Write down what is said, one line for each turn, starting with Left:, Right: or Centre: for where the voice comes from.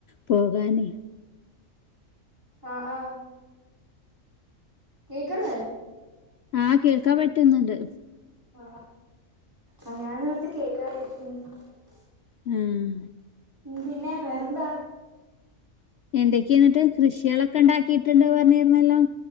Left: പോകാനെ
Right: ആ ആ കേക്കൺല്ല്യെ?
Left: ആഹ് കേൾക്കാൻമ്പറ്റുന്നുണ്ട്.
Right: അ ആ ഞാൻ നേർത്തെ കേക്ക <unintelligible>
Left: ആഹ്
Right: മ് പിന്നെ വെറെന്താ?
Left: എന്തെക്കെയാന്നിട്ട് കൃഷിളക്കെണ്ടാക്കി കിട്ടേണ്ട് പറെൻഞ്ഞിരുന്നല്ലോ